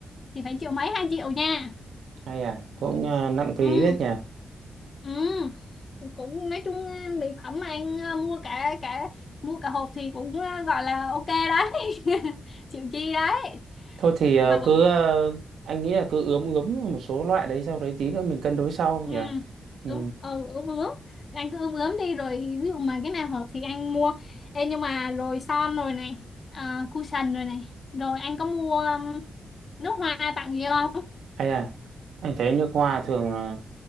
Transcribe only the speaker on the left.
thì phải triệu mấy hai triệu nha
ừ
ừ cũng nói chung ờ, mỹ phẩm mà anh ờ, mua cả cả mua cả hộp thì cũng ờ, gọi là ok đấy <laughs> chịu chi đấy
hoặc là
ừ,
đúng ừ, ướm ướm anh cứ ướm ướm đi rồi ví dụ mà cái nào hợp thì anh mua Ê, nhưng mà rồi son rồi này à, cushion rồi này rồi anh có mua um, nước hoa tặng gì không